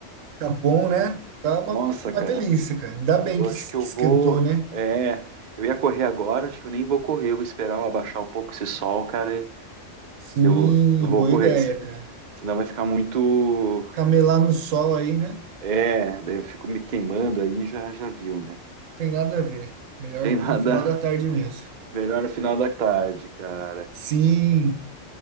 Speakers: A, on the right; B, on the right.
A: Tá bom, né? Tá
B: Nossa,
A: uma, uma
B: cara.
A: delícia, cara. Ainda bem
B: Eu
A: que,
B: acho
A: es-
B: que eu
A: que
B: vou.
A: esquentou, né?
B: É, eu ia correr agora, acho que eu nem vou correr. Eu vou esperar eu abaixar um pouco esse sol, cara.
A: Sim,
B: e Eu vou, eu vou
A: boa
B: correr,
A: ideia,
B: que se-
A: cara.
B: senão vai ficar muito.
A: Camelar no sol aí, né?
B: É, daí eu fico me queimando aí, já, já viu, né?
A: Tem nada a ver. Melhor
B: Tem nada
A: no final da tarde
B: <laughs>
A: mesmo.
B: melhor no final da tarde, cara.
A: Sim.